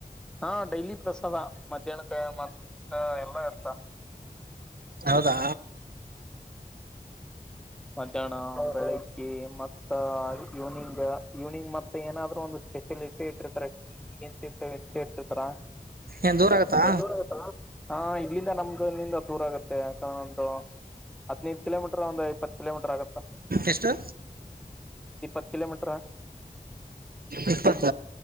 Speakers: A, in the centre; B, on the right (about 75°).
A: ಹಾ ಡೈಲಿ ಪ್ರಸಾದ ಮಧ್ಯಾಹ್ನಕ್ಕೆ ಮತ್ತ ಎಲ್ಲಾ ಇರ್ತಾವ್.
B: ಹೌದಾ
A: ಮಧ್ಯಾಹ್ನ ಬೆಳಗ್ಗೆ ಮತ್ತ ಇವ್ನಿಂಗು. ಈವ್ನಿಂಗ್ ಮತ್ತೆ ಏನಾದ್ರು ಒಂದು ಸ್ಪೆಷಲ್ ಇದ್ದೇ ಇಟ್ಟಿರ್ತಾರ <unintelligible>
B: ಏನ್ ದೂರ ಆಗತ್ತಾ
A: ಆ ಹಾ ಇಲ್ಲಿಂದ ನಮ್ದ ಇಲ್ಲಿಂದ ದೂರ ಆಗುತ್ತೆ ಯಾಕಂದೊಂದು ಹದ್ನೈದು ಕಿಲೋಮೀಟರ್ ಒಂದು ಇಪ್ಪತ್ತು ಕಿಲೋಮೀಟರ್ ಆಗುತ್ತಾ.
B: ಎಷ್ಟು?
A: ಇಪ್ಪತ್ತ್ ಕಿಲೋಮೀಟರು.
B: ಇಪ್ಪತ್ತ.